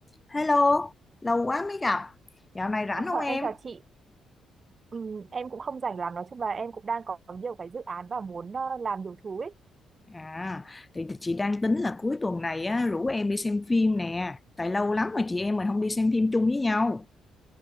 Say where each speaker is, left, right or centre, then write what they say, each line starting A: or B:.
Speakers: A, on the left; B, on the right.
A: Hello, lâu quá mới gặp. Dạo này rảnh
B: Ờ,
A: không em?
B: em chào chị. Ừm, em cũng không rảnh lắm, nói chung là em cũng đang có nhiều cái dự án và muốn ờ, làm nhiều thứ ấy.
A: À, thì thì chị đang tính là cuối tuần này á, rủ em đi xem phim nè. Tại lâu lắm mà chị em mình không đi xem phim chung với nhau.